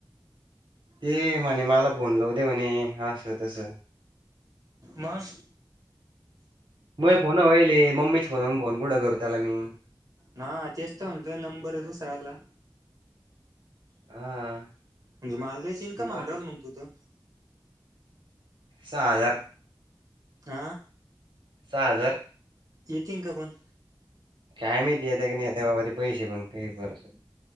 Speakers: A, on the right; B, on the right.
A: ते म्हणे, मला फोन लाव दे म्हणे, असं तसं!
B: मग?
A: मग फोन होईल, ए मम्मी चे फोन वरून फोन कुठं करू मी त्याला!
B: हा तेच तर म्हणतोय नंबर दुसरा आला.
A: हा.
B: म्हणे मालचीन का
A: ही
B: मालदार
A: मम्मी
B: म्हणतो तो.
A: सागर.
B: हा
A: सहा हजार
B: येतील का कोण?
A: काय माहिती येते का नाही आता पैसे पण फी भरस तवर.